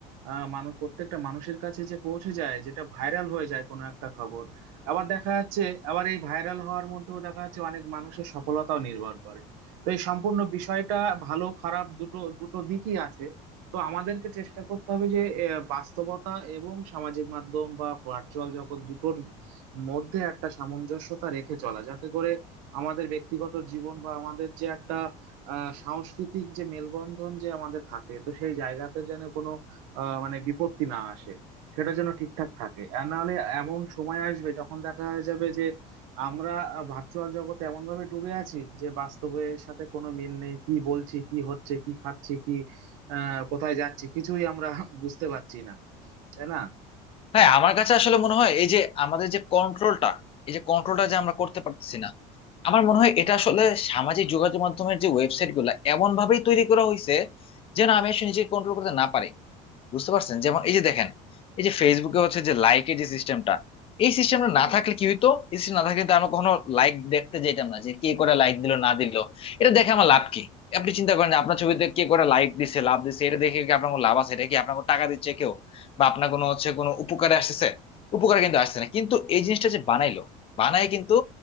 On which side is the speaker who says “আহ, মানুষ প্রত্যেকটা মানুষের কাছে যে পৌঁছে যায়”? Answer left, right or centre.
Right